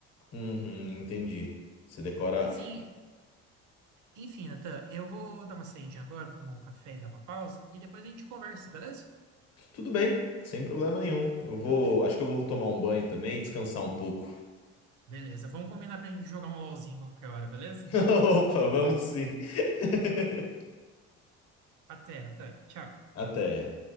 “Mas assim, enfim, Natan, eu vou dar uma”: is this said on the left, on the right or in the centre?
Right